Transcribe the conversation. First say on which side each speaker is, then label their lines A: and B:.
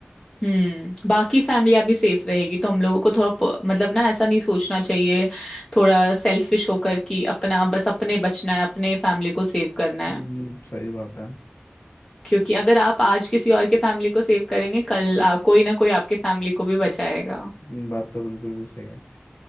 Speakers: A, on the left; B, on the left.
A: हम्म बाकी फैमिली अभी सेफ रहेगी तो हम लोगों को थोड़ा प- मतलब ना ऐसा नहीं सोचना चाहिए थोड़ा सेल्फिश होकर कि अपना बस अपने बचना है अपने फैमिली को सेव करना
B: हम्म,
A: है
B: सही बात है
A: क्योंकि अगर आप आज किसी और के फैमिली को सेव करेंगे कल आ, कोई ना कोई आपके फैमिली को भी बचाएगा
B: हम्म, बात तो बिल्कुल भी सही है